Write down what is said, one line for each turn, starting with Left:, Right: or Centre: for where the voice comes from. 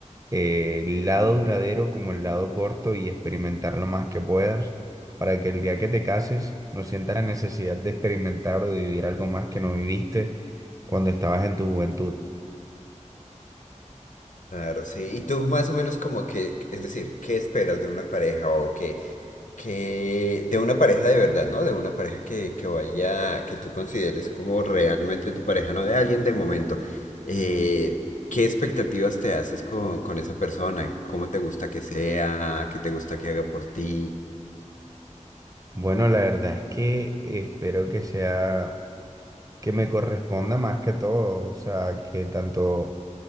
Right: eh, el lado duradero como el lado corto y experimentar lo más que puedas para que el día que te cases no sientas la necesidad de experimentar o de vivir algo más que no viviste cuando estabas en tu juventud.
Left: Claro, sí. Y tú más o menos como que, es decir, ¿qué esperas de una pareja o que, que de una pareja de verdad, ¿no? De una pareja que, que vaya, que tú consideres como realmente tu pareja, no de alguien de momento. Eh, ¿qué expectativas te haces con, con esa persona? ¿Cómo te gusta que sea? ¿Qué te gusta que haga por ti?
Right: Bueno, la verdad es que espero que sea, que me corresponda más que todo, o sea, que tanto